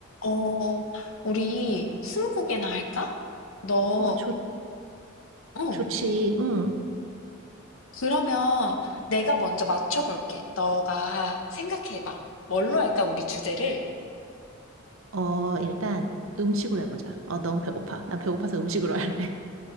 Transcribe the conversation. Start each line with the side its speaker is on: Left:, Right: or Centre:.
Left: 어, 우리 스무고개나 할까? 너,
Right: 어, 좋,
Left: 응.
Right: 좋지. 응.
Left: 그러면 내가 먼저 맞춰볼게. 너가 생각해봐. 뭘로 할까, 우리 주제를?
Right: 어, 일단 음식으로 해보자. 어, 너무 배고파. 나 배고파서 음식으로 <laughs> 할래.